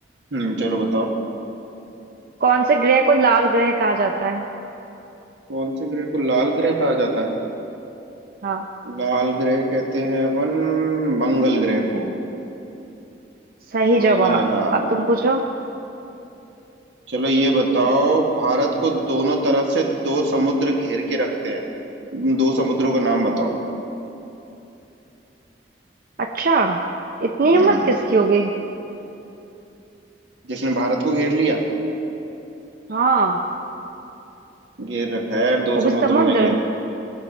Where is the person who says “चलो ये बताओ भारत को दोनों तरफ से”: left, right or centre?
Right